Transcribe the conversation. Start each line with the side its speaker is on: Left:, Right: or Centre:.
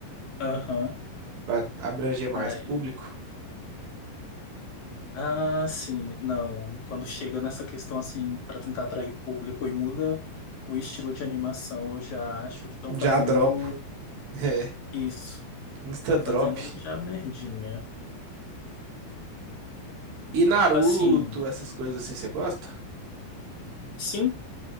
Left: Aham.
Right: pra abranger mais
Left: Ai.
Right: público.
Left: Ah, sim, não. Quando chega nessa questão assim, pra tentar atrair público e muda o estilo de animação, eu já acho que estão fazendo
Right: Já dropo. <laughs> É,
Left: isso.
Right: Insta
Left: Estão
Right: drop.
Left: fazendo já merdinha.
Right: E Naruto,
Left: Assim,
Right: essas coisas assim, você gosta?
Left: Sim.